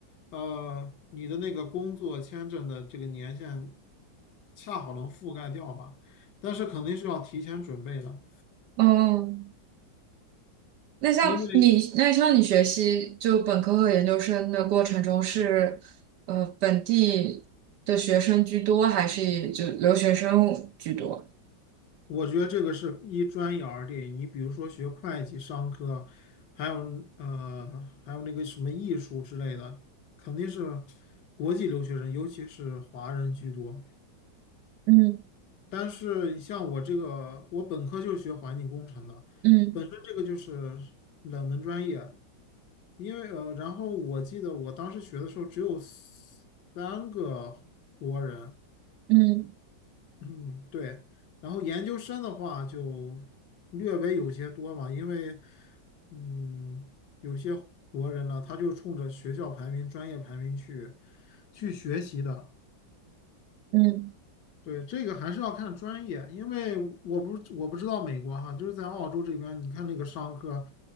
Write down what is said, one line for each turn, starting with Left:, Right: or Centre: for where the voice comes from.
Left: 呃，你的那个工作签证的这个年限恰好能覆盖掉吧，但是肯定是要提前准备的，
Right: 哦，那像你那像你学习就本科和研究生的过程中是，
Left: 因为
Right: 呃，本地的学生居多，还是以就留学生居多？
Left: 我觉得这个是一专业而定。你比如说学会计、商科，还有呃，还有那个什么艺术之类的，肯定是国际留学生，尤其是华人居多。
Right: 嗯
Left: 但是像我这个，我本科就是学环境工程的，
Right: 嗯
Left: 本身这个就是冷门专业。因为呃，然后我记得我当时学的时候只有三个国人，
Right: 嗯
Left: 嗯，对。然后研究生的话就略微有些多嘛，因为嗯，有些国人呢，他就冲着学校排名、专业排名去去学习的。
Right: 嗯
Left: 对，这个还是要看专业，因为我不我不知道美国哈，就是在澳洲这边，你看那个商科，